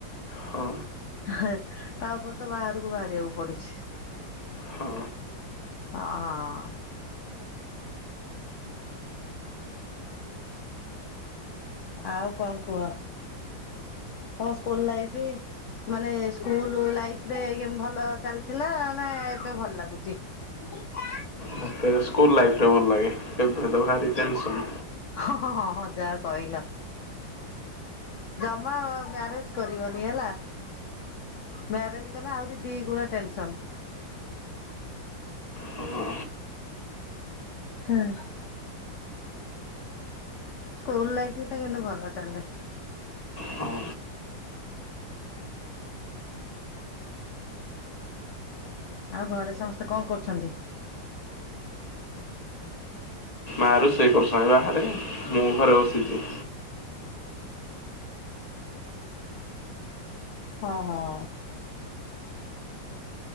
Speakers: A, on the left; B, on the left.
A: ହଁ
B: ତା ଉପରେ ତ ବାହାରକୁ ବାହାରିବାକୁ ପଡୁଛି।
A: ହଁ।
B: ହଁ। ଆଉ କଣ କୁହ କଣ ସ୍କୁଲ ଲାଇଫରେ ମାନେ ସ୍କୁଲୁ ଲାଇଫ ରେ କେମିତି ଭଲ ଚାଲିଥିଲା ନା ଏବେ ଭଲ ଲାଗୁଛି? <unintelligible>
A: ମତେ ସ୍କୁଲ ଲାଇଫ ଟା ଭଲ ଲାଗେ ଏବେ ତ ଭାରି ଟେନସନ୍।
B: ହଁ ହଁ ହଁ ଯାହା କହିଲ। ଜମା ମ୍ୟାରେଜ୍‌ କରିବନି ହେଲା। ମ୍ୟାରେଜ୍‌ କଲେ ଆହୁରି ଦି ଗୁଣା ଟେନ୍‌ସନ୍‌।
A: ହଁ
B: ହୁଁ। ସ୍କୁଲ ଲାଇଫ ଟା କିନ୍ତୁ ଭଲ ଚାଲେ।
A: ହଁ।
B: ଆଉ ଘରେ ସମସ୍ତେ କଣ କରୁଛନ୍ତି?
A: ଆ ରୋଷେଇ କରୁଛନ୍ତି ବାହାରେ ମୁଁ ଘରେ ବସିଛି।
B: ହଁ ହଁ।